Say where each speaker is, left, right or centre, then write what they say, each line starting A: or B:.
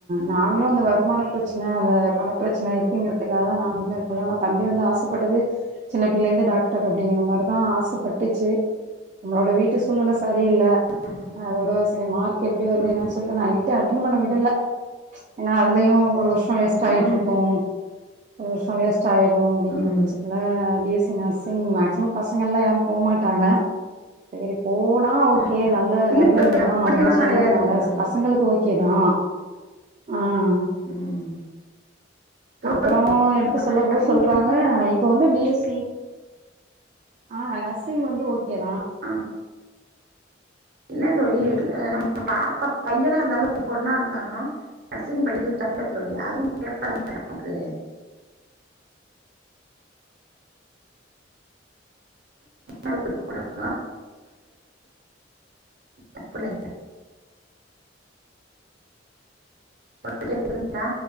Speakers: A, on the right; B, on the right.
A: ம்
B: நாங்களு அந்த வருமான பிரச்சன அந்த பணப் பிரச்சன இருக்குங்கிறதுக்காக தா நாங்களுமே எடுக்கல ஆனா தம்பி வந்து ஆசப்பட்டது சின்ன பிள்ளைந்து டாக்டர் அப்படிங்கிற மாதிரிதா ஆசப்பட்டுச்சு நம்மளோட வீட்டு சூல்நெல சரியில்ல
A: ம்
B: அதோட செரி மார்க் எப்டி வருது
A: ம்
B: என்னு சொல்லிட்டு நா நீட் அட்டன் பண்ண விடல ஏன்னா அதுலயு ஒரு வர்ஷோ வேஸ்ட்டாகிட்டுருக்கு
A: ம்
B: ஒரு வருஷோ வேஸ்ட்டாகிரு அப்படிங்கிற
A: ம்
B: பட்சத்துல B S C nursing maximum பசங்கள்லா யாரு போ மாட்டாங்க செரி போனா ஓகே
A: ம்
B: ந ல்ல
A: இல்ல
B: நல்ல
A: தோழி
B: இதுதா
A: அப்படியெல்லாம்
B: அப்டின்னு சொன்னதுனால
A: கெடையாதுங்க தோழி
B: பசங்களுக்கு ஓகேதா ஆ அ
A: ம் தோழி
B: அப்புறோ எடுத்து
A: நம்ம
B: சொல்ல
A: நர்சிங்
B: போ சொல்றாங்க இப்போ வந்து பி எஸ் சி ஆ நர்சிங் வந்து ஓகே தா
A: ஆ இல்ல தோழி அ நம்ம பாப்பா பையனாருந்தாலு பொண்ணாருந்தாலு நர்சிங் படிக்கறது தப்பில்ல தோழி அதுவு <inaudible> நமக்கு <inaudible> தப்புல்ல <inaudible> கேக்குதுங்ளா